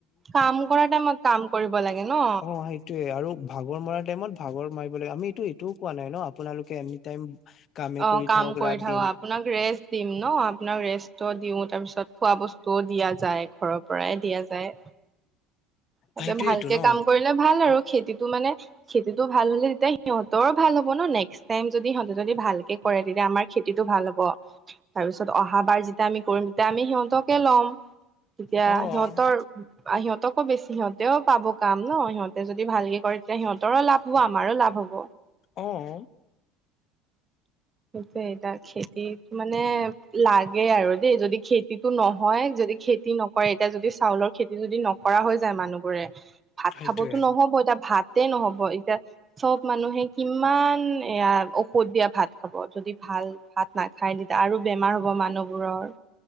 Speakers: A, on the right; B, on the left.
A: কাম কৰা টাইমত কাম কৰিব লাগে ন।
B: অ সেইটোয়ে আৰু ভাগৰ মৰা টাইমত ভাগৰ মাৰিব লাগে আমি এইটো এইটোও কোৱা নাই ন আপোনালোকে এনি টাইম কামে
A: অ'
B: কৰি
A: কাম কৰি
B: ৰাত
A: থাকক
B: দিন
A: আপোনাক ৰেষ্ট দিম ন আপোনাক ৰেষ্টো দিও তাৰ পিছত খোৱা বস্তুও দিয়া যায় ঘৰৰ পৰাই দিয়া যায়। তাতে
B: সেইটোয়েইটো
A: ভালকে
B: ন
A: কাম কৰিলে ভাল আৰু খেতিটো মানে খেতিটো ভাল হ'লে তেতিয়া সিহঁতৰো ভাল হ'ব ন নেক্স টাইম যদি সিহঁতে যদি ভালকে কৰে তেতিয়া আমাৰ খেতিটো ভাল হ'ব তাৰপিছত অহা বাৰ যেতিয়া আমি কৰিম তেতিয়া আমি সিহঁতকে ল'ম। তেতিয়া
B: অ',
A: সিহঁতৰ সিহঁতক আকৌ বেছি সিহঁতেও পাব কাম ন সিহঁতে যদি ভালকে কৰে তেতিয়া সিহঁতৰো লাভ হ'ব আমাৰো লাভ হ'ব।
B: অ'।
A: সেই এতিয়া খেতি মানে লাগে আৰু দেই যদি খেতি খেতিটো নহয় যদি খেতি নকৰে এতিয়া যদি চাউলৰ খেতি যদি নকৰা হৈ যায় মানুহবোৰে ভাত
B: সেইটোয়ে
A: খাবতো নহব এতিয়া ভাত নহব এতিয়া চ'ব মানুহে কিমান এয়া ঔষধ দিয়া ভাত খাব যদি ভাল ভাত নাখায় তেতিয়া আৰু বেমাৰ হ'ব মানুহবোৰৰ।